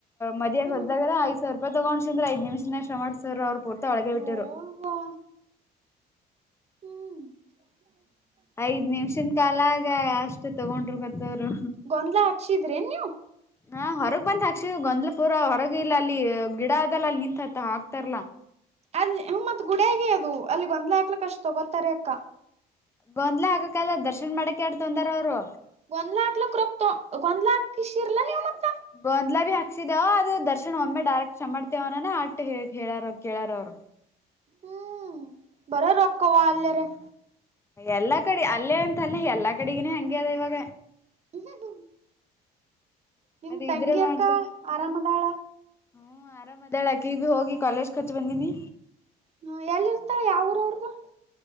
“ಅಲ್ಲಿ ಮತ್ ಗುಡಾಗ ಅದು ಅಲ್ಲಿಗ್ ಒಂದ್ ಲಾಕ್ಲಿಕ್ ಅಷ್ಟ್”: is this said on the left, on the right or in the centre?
Right